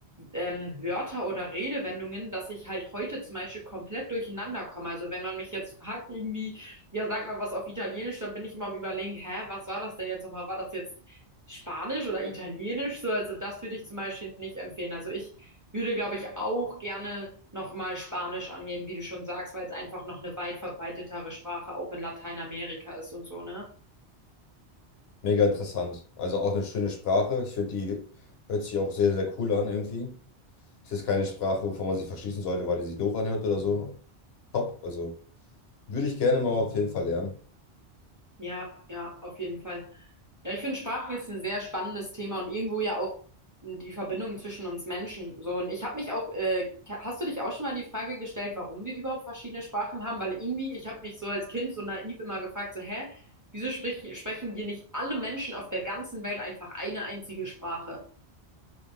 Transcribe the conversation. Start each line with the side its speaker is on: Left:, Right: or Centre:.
Right: ähm, Wörter oder Redewendungen, dass ich halt heute zum Beispiel komplett durcheinander komme. Also wenn man mich jetzt fragt, irgendwie, ja, sag mal was auf Italienisch, dann bin ich immer am Überlegen, hä, was war das denn jetzt nochmal? War das jetzt Spanisch oder Italienisch so. Also das würde ich zum Beispiel nicht empfehlen. Also ich würde, glaube ich, auch gerne nochmal Spanisch angehen, wie du schon sagst, weil es einfach noch eine weit verbreitetere Sprache auch in Lateinamerika ist und so, ne?
Left: Mega interessant. Also auch eine schöne Sprache. Ich finde, die hört sich auch sehr, sehr cool an irgendwie. Es ist keine Sprache, wovon man sich verschließen sollte, weil die sich doof anhört oder so. Top. Also würde ich gerne mal auf jeden Fall lernen.
Right: Ja, ja, auf jeden Fall. Ja, ich finde Sprachen ist ein sehr spannendes Thema und irgendwo ja auch die Verbindung zwischen uns Menschen. So, und ich habe mich auch, äh, hast du dich auch schon mal die Frage gestellt, warum wir überhaupt verschiedene Sprachen haben? Weil irgendwie, ich habe mich so als Kind so naiv immer gefragt, so, hä, wieso sprich, sprechen wir nicht alle Menschen auf der ganzen Welt einfach eine einzige Sprache?